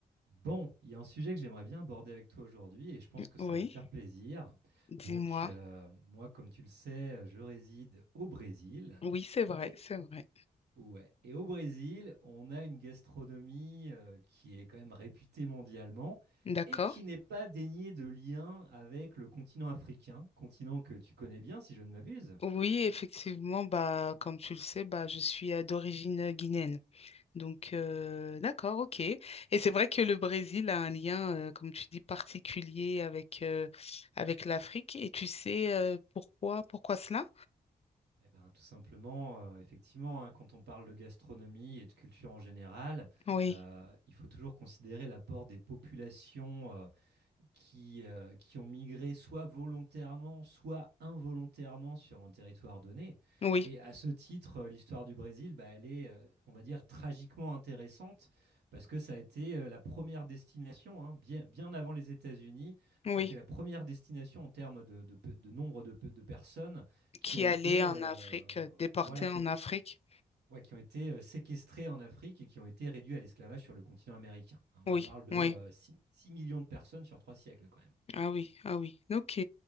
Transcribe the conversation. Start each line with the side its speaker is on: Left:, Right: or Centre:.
Right: Bon, il y a un sujet que j'aimerais bien aborder avec toi aujourd'hui et je pense que ça
Left: Oui,
Right: va te faire plaisir.
Left: dis-moi.
Right: Donc, euh, moi, comme tu le sais, je réside au Brésil.
Left: Oui, c'est vrai,
Right: Et,
Left: c'est vrai.
Right: ouais, et au Brésil, on a une gastronomie euh, qui est quand même réputée mondialement
Left: D'accord.
Right: et qui n'est pas déniée de lien avec le continent africain, continent que tu connais bien si je ne m'abuse.
Left: Oui, effectivement, bah, comme tu le sais, bah, je suis euh, d'origine guinéenne. Donc, euh, d'accord, ok. Et c'est vrai que le Brésil a un lien, euh, comme tu dis, particulier avec, euh, avec l'Afrique. Et tu sais euh, pourquoi, pourquoi cela?
Right: Eh ben, tout simplement, heu, effectivement, hein, quand on parle de gastronomie et de culture en général,
Left: Oui,
Right: heu, il faut toujours considérer l'apport des populations, heu, qui, euh, qui ont migré soit volontairement, soit involontairement sur un territoire donné.
Left: oui,
Right: Et à ce titre, euh, l'histoire du Brésil, bah, elle est, euh, on va dire, tragiquement intéressante parce que ça a été euh, la première destination, hein, bien, bien avant les États-Unis,
Left: oui.
Right: ça a été la première destination en termes de, de pe- de nombre de, pe- de personnes qui
Left: Qui
Right: ont
Left: allait
Right: été,
Left: en
Right: euh,
Left: Afrique, euh, déporté
Right: voilà, qui
Left: en
Right: ont,
Left: Afrique.
Right: ouais, qui ont été euh, séquestrées en Afrique et qui ont été réduites à l'esclavage sur le continent américain. hein.
Left: Oui,
Right: on parle de
Left: oui.
Right: euh, 6 millions de personnes sur trois siècles quand même.
Left: Ah oui, ah oui, ok,